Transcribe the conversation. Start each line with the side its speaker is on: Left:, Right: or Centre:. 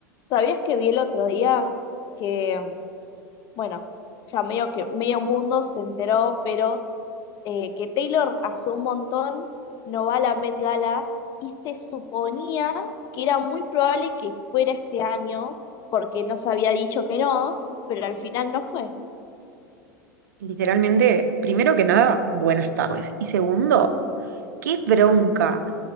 Left: ¿Sabías que vi el otro día que, bueno, ya medio que medio mundo se enteró, pero eh, que Taylor hace un montón no va a la Met Gala y se suponía que era muy probable que fuera este año porque no se había dicho que no, pero al final no fue.
Right: Literalmente, primero que nada, buenas tardes. Y segundo, qué bronca.